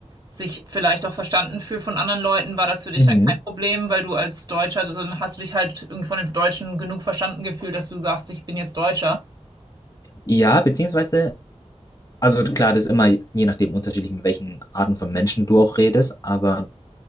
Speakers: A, on the right; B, on the left.
A: sich vielleicht auch verstanden fühlt von anderen Leuten. War das für dich
B: Mhm.
A: dann kein Problem, weil du als Deutscher, dann hast du dich halt irgendwie von den Deutschen genug verstanden gefühlt, dass du sagst, ich bin jetzt Deutscher.
B: Ja, beziehungsweise, also klar, das ist immer je nachdem unterschiedlich, mit welchen Arten von Menschen du auch redest, aber